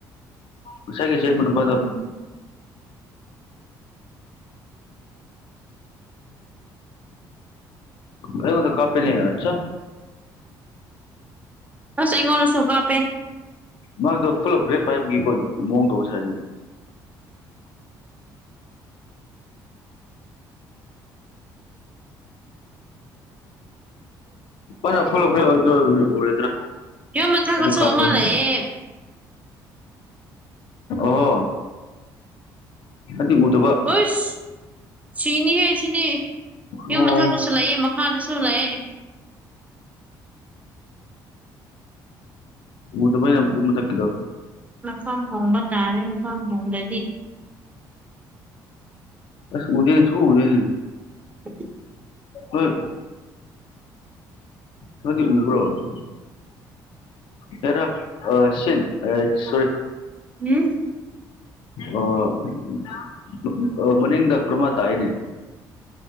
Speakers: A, on the left (about 70°); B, on the right (about 15°).
A: ꯉꯁꯥꯏꯒꯤ ꯆꯦꯔ ꯃꯅꯤꯄꯗꯣ
B: ꯎꯝ ꯎꯝ
A: ꯑꯩ ꯃꯗ ꯀꯄꯤꯅꯤ ꯍꯥꯠꯆ
B: ꯑꯁ ꯑꯩꯉꯣꯟꯗꯁꯨ ꯀꯥꯞꯄꯦ
A: ꯃꯥꯗꯣ ꯐꯨꯜ ꯑꯞꯒ꯭ꯔꯦꯗ ꯄꯥꯏꯕꯒꯤꯀꯣ ꯃꯑꯣꯡ ꯇꯧꯕꯁꯨ ꯍꯥꯏꯅꯤ ꯐꯔ ꯐ ꯐꯗ꯭ꯔ
B: ꯌꯨꯝ ꯃꯊꯛꯇꯁꯨ
A: ꯀꯄꯃꯦ
B: ꯑꯃ ꯂꯩꯌꯦ
A: ꯑꯣꯍꯣ ꯑꯗꯨꯗꯤ ꯎꯗꯕ
B: ꯎꯁ ꯁꯤꯅꯤꯍꯦ ꯁꯤꯗꯤ ꯌꯨꯝ
A: ꯑꯣ
B: ꯃꯊꯛꯛꯇꯁꯨ ꯂꯩꯑꯦ ꯃꯈꯥꯗꯁꯨ ꯂꯩꯑꯦ <unintelligible>
A: ꯃꯗꯨꯕ ꯊꯀꯤꯗꯣ
B: ꯃ ꯍꯣꯡꯕ ꯇꯥꯔꯦ ꯃꯪ ꯍꯣꯡꯗꯗꯤ
A: ꯑꯁ ꯎꯗꯦꯅꯤ ꯁꯨ ꯎꯗꯦꯅꯤ
B: <unintelligible>
A: ꯍꯣꯏ ꯃꯗꯤ ꯏꯕ꯭ꯔꯣ ꯍꯗꯤ ꯍꯔ ꯁꯤ ꯁꯣꯔꯤ
B: ꯎꯝ
A: ꯑꯣ ꯃꯅꯤꯗ ꯀ꯭ꯔꯃꯥ ꯇ ꯍꯥꯏꯅꯤ